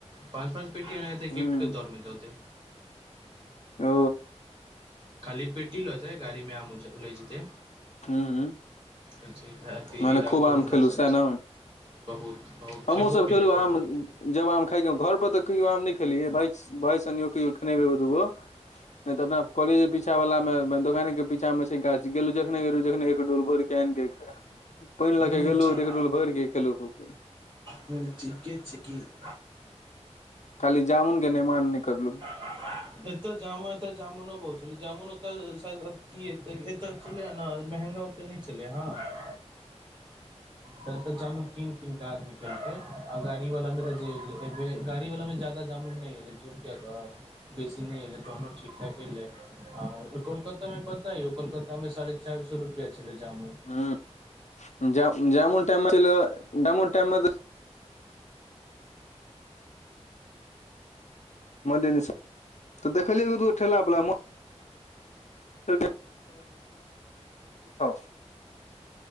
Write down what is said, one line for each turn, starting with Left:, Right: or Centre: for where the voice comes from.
Right: पाँच पाँच बेटी एनहिते
Left: हूँ
Right: गिफ्ट के तौर मे दो देब।
Left: ओ
Right: खाली पेटी लऽ जाय गाड़ी मे आम ले जेते
Left: हूँ
Right: तऽ ई
Left: मने
Right: राखू
Left: खूब आम
Right: हमरा
Left: खेलू
Right: सा
Left: सैह न
Right: बहुत बहुत
Left: हमहुँ
Right: खेबो
Left: सब
Right: केलिए
Left: खेलु आम
Right: बटूबौ केलिए
Left: जब आम खाइके घर पर त कहियो आम नहि खेलियै भायसंग कहियओ खेने हेबे एगो दूगो नहि तऽ अपने कॉलज पीछा पीछा वाला मे दोकान के पीछा मे छै गाछ गेलु जखने गेलु जखने एक डोल भरि केनि पानि लए
Right: हूँ
Left: क गेलहु
Right: ठीक
Left: एक डोल भरि गेल खेलु खूबक
Right: दुर्जी किछ की <inaudible>
Left: खाली जामुन के नेमान नहि करलु
Right: आ <inaudible> एतऽ जामुन एतऽ जामुनो बहुत छलै जामुनऽ की ए एऽ छलै ने महंगा तऽ नै चलै ह त तऽ जामुन कीन कीन के आदमी खेलकै आ गाड़ी वाला मे तऽ जे गाड़ी वालामे जादा जामुन नै एलेय झूट किया कहब बेसी नै एलैय तहन ठीक ठाक एलैय आ कोलकातामे पता अय कोलकातामे साढे चारि सए रुपैया छलैय जामुन
Left: ह जा जमुन टाइम जामुन टाइम मंदिर <inaudible> दिस देखलियै दू गो ठेला बला चल <inaudible> गे किछ देखाउ